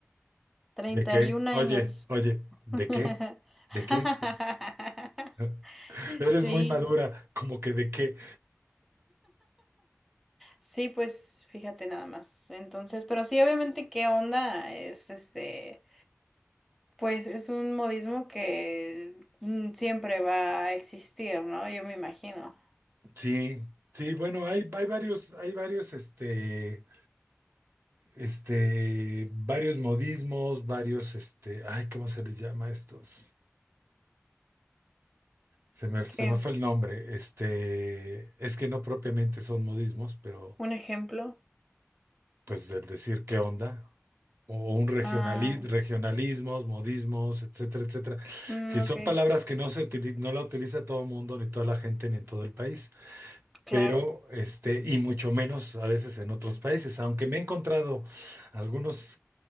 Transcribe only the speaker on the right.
de qué,
oye, oye, ¿de
qué? ¿De qué? <laughs> Eres
muy madura, como que de qué.
Sí, sí, bueno, hay, hay varios, hay varios, este, este, varios modismos, varios, este, ay, ¿cómo se les llama a estos? Se me, se
me fue el nombre, este, es que no propiamente son modismos, pero
pues del decir qué onda, o un regionali-
regionalismos, modismos, etcétera, etcétera,
que
son palabras que no se utili- no la utiliza todo el mundo, ni toda la gente, ni en todo el país.
pero este, y mucho menos a veces en otros países, aunque me he encontrado algunos